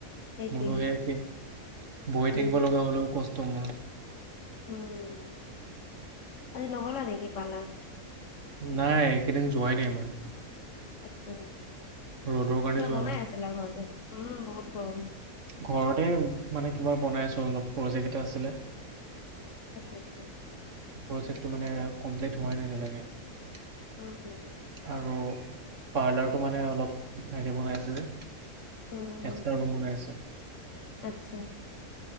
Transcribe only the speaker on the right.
মোৰো
সেয়ে একে। বহি
থাকিব লগা হ'লেও কষ্ট মোৰ।
নাই, এইকেইদিন যোৱাই নাই মই।
ৰ'দৰ কাৰণে
যোৱা
নাই
ঘৰতে মানে কিবা বনাই আছো অলপ। প্ৰজেক্ট এটা আছিলে
প্ৰজেক্টটো মানে কমপ্লিট হোৱাই নাই এতিয়ালৈকে।
আৰু পাৰ্লাৰটো মানে অলপ হেৰিকে বনাই আছে যে,
এক্সট্ৰা ৰুম বনাই আছে।